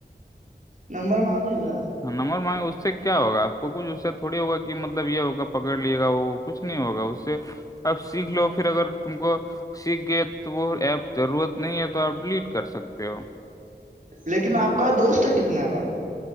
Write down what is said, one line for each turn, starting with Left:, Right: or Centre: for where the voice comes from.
Right: نمبر مانگے گا
Left: ہ نمبر مائ اس سے کیا ہوگا آپ کو کچھ اس سے تھوڑی ہوگا کہ مطلب یہ ہوگا پکڑ لیے گا وہ کچھ نہیں ہوگا اس سے آپ سیکھ لو پھر اگر تم کو سیکھ گئے تو تو وہ ایپ ضرورت نہیں ہے تو آپ ڈیلیٹ کر سکتے ہو
Right: لیکن آپ کا دوست کتنا ہے بھائی